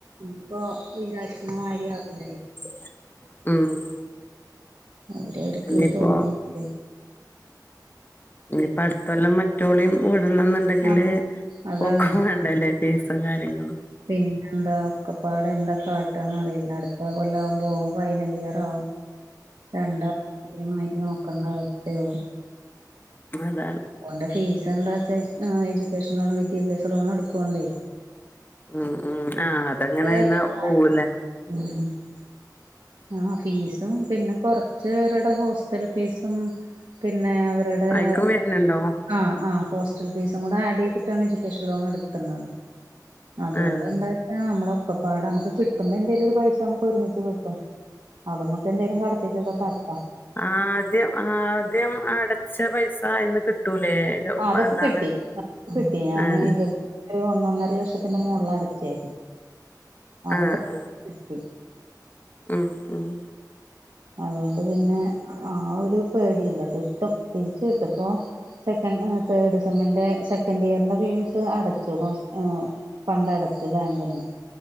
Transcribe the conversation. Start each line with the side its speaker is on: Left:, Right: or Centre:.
Right: ഇപ്പൊ വിചാരിക്കുന്ന മാതിരി ആവില്ലല്ലോ
Left: ഉം
Right: അവിടെ എടക്ക്
Left: ഇനിയിപ്പോ
Right: തൊടങ്ങിയെന്നുല്ലേ?
Left: ഞ്ഞ്പ്പ അടുത്തൊല്ലാം മറ്റോളിം വിടണംന്ന്ണ്ടെങ്കില്
Right: ആഹ് അതാണേ
Left: ഓക്കും വേണ്ടല്ലേ ഫീസും കാര്യങ്ങളും
Right: പിന്നെ എന്താ ഒക്കെപ്പാട് എന്താ കാട്ടാന്നറിയില്ല. അടുത്ത കൊല്ലാകുമ്പൊ ഓൻ ഫൈനൽ ഇയർ ആവും. രണ്ടാളെ <unintelligible> ഒരേ മാതിരി നോക്കേണ്ട അവസ്ഥയാകും.
Left: അതാണ്
Right: ഓന്റെ ഫീസ് എന്താച്ചാ എജു എജുക്കേഷൻ ലോണ് വിദ്യാഭ്യാസ ലോണ എടുക്കോണ്ടേ
Left: ആഹ് ആഹ് ആഹ് അതങ്ങനെയിന്ന
Right: ന്റെ കാര്യം
Left: പോവുല്ലേ
Right: <unintelligible> ആഹ് ഫീസും, പിന്നെ കൊറച്ച് അവരുടെ ഹോസ്റ്റൽ ഫീസും, പിന്നെ അവര <unintelligible>
Left: അയിക്കും വരുന്നുണ്ടോ
Right: ആഹ് ആഹ് ഹോസ്റ്റൽ ഫീസും കൂടെ ആഡ് ചെയ്തിട്ടാണ് എഡ്യൂക്കേഷൻ ലോൺ എടുത്തുന്നത്. അതുകൊണ്ട്
Left: ആഹ്
Right: എന്താ ആഹ, നമ്മള ഒക്കപ്പാട നമുക്ക് കിട്ടുമ്പോ എന്തേങ്കലും ഒരു പൈസ നമുക്ക് ഒരുമിച്ച് കിട്ടും. അതമ്മക്ക് എന്തേലും കടത്തിക്കൊക്കെ തട്ടാ.
Left: ആദ്യം ആദ്യം അടച്ച പൈസ അയിന്ന് കിട്ടൂലേ ഇത്
Right: ആഹ്, അതൊക്കെ
Left: എന്താണ്
Right: കിട്ടി അത്ക്കെ കിട്ടി. ഞാന്
Left: ആഹ്
Right: ഒരു ഒന്നൊന്നര ലക്ഷത്തിന്റെ മോളിൽ അടച്ചേ. അതൊക്കെ
Left: ആഹ് ആഹ്
Right: കിട്ടി.
Left: ഉം ഉം
Right: അതോണ്ട് പിന്നെ ആ ഒരു പേടിയില്ല. കിട്ടും, തിരിച് കിട്ടും. പ്പോ സെക്കൻ് ഏ തേർഡ് സെമ്മിന്റെ സെക്കൻഡ് ഇയറിന്റെ ഫീസ് അടച്ചു. <unintelligible> ഫണ്ട് അടച്ചു ബാങ്ക്ന്ന്